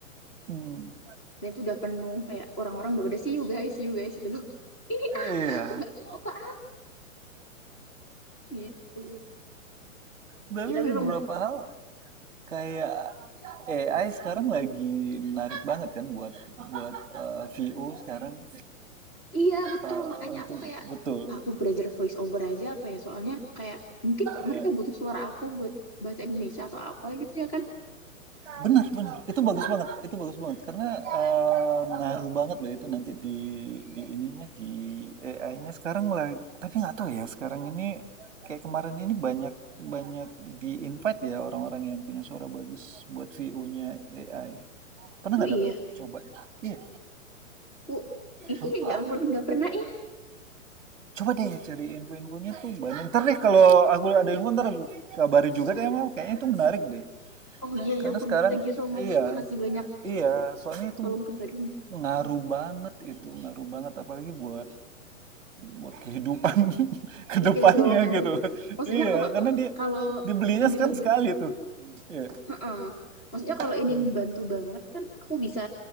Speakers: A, on the right (about 25°); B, on the left (about 20°).
A: Hmm.
B: dan itu udah penuh kayak orang-orang udah pada see you guys, see you guys itu loh. <laughs> Ini
A: Iya.
B: apa? Aku nggak tahu apa-apa gitu.
A: Tapi
B: Ya tapi emang
A: beberapa hal kayak AI sekarang lagi menarik banget kan buat buat eh, VO sekarang
B: iya betul
A: Eh,
B: makanya
A: untuk
B: aku kayak
A: betul.
B: aku belajar voice over aja apa ya soalnya kayak mungkin
A: Iya.
B: mereka butuh suara aku buat bahasa Indonesia atau apa gitu ya kan.
A: benar benar itu bagus banget, itu bagus banget karena eee, ngaruh banget loh itu nanti di di ininya di AI-nya sekarang lah, tapi nggak tahu ya sekarang ini kayak kemarin ini banyak banyak di invite ya orang-orang yang punya suara bagus buat VO-nya AI. Pernah
B: Oh
A: nggak
B: iya,
A: dapet coba? gitu. Iya,
B: aku iya
A: aku,
B: ya
A: a-
B: ampun nggak pernah eh.
A: coba deh cari info-infonya tuh banyak. Ntar deh kalau aku ada info ntar aku kabari juga deh emang kayaknya itu menarik deh.
B: Oh iya ya
A: Karena
B: ampun,
A: sekarang
B: thank you so much.
A: iya,
B: Makasih banyak.
A: iya, soalnya itu
B: Tolong kabarin.
A: ngaruh banget itu ngaruh banget apalagi buat buat kehidupan <laughs> ke depannya
B: Iya dong. Aduh,
A: gitu <laughs>
B: maksudnya
A: iya
B: kalau
A: karena dia
B: kalau
A: dibelinya
B: ini
A: kan
B: lebih,
A: sekali tuh iya
B: heeh. Maksudnya kalau
A: Hmm.
B: ini membantu banget kan, aku bisa